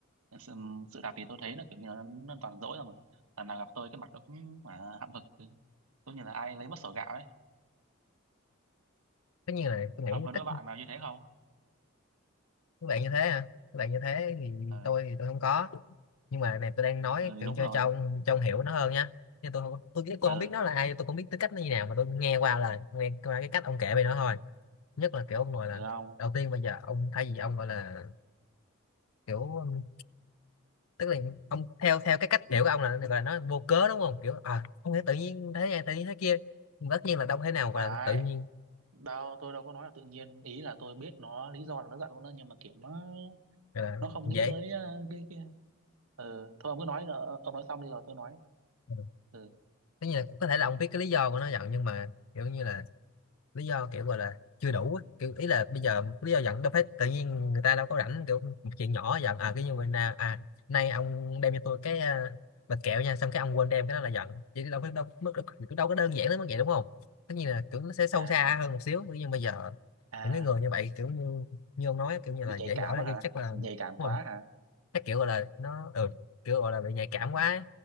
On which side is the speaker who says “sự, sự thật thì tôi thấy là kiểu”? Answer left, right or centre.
Right